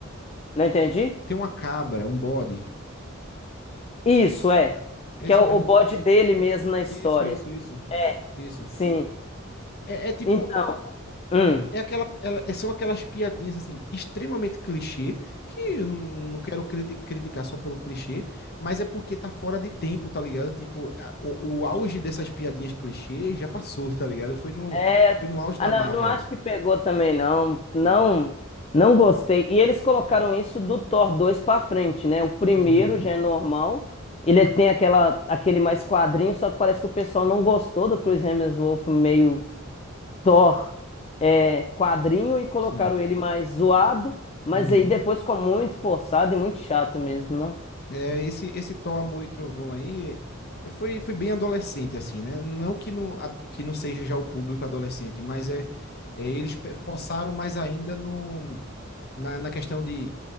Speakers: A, on the left; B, on the left.
A: Não entendi?
B: Tem uma cabra, um bode.
A: Isso, é.
B: É
A: Que
B: isso
A: é o,
B: mesmo.
A: o bode dele mesmo na história.
B: Isso, isso, isso.
A: É,
B: Isso.
A: Sim.
B: É, é tipo,
A: Então. Hum.
B: é aquela, ela- é- são aquelas piadinhas assim, extremamente clichê, que eu não, não quero criti- criticar só pelo clichê, mas é porque tá fora de tempo, tá ligado? Tipo, a- o, o auge dessas piadinhas clichê já passou, tá ligado? Foi no,
A: É,
B: foi no auge da
A: ah, não,
B: Marvel.
A: eu não acho que pegou também, não. Não,
B: É.
A: não gostei. E eles colocaram isso do Thor dois pra frente, né? O primeiro
B: Uhum,
A: já é normal. Ele tem aquela, aquele mais quadrinho, só que parece que o pessoal não gostou do Chris Hemsworth meio Thor é, quadrinho e colocaram
B: sim.
A: ele mais zoado, mas
B: Uhum.
A: aí depois ficou muito forçado e muito chato mesmo, não?
B: É, esse esse Thor, Amor e Trovão aí é, foi, foi bem adolescente, assim, né? Não que não, a- que não seja já o público adolescente, mas é, é, eles pe- forçaram mais ainda no, na, na questão de